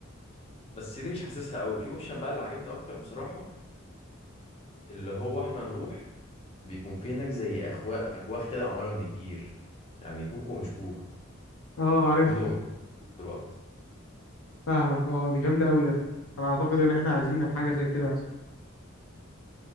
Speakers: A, on the left (about 30°); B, on the left (about 75°).
A: بس دي مش حاسسها قوي في اوبشن بقى اللي عاجبني اكتر بصراحة اللي هو احنا نروح بيكون في هناك زي أخوا أكواخ كده معمولة من الجير يعني كوخ ومش كوخ
B: اه عارف
A: فندق ومش فندق في الوقت
B: فاهمك اه دي جامده قوي ده انا اعتقد ان احنا عايزين نعمل حاجه زي كده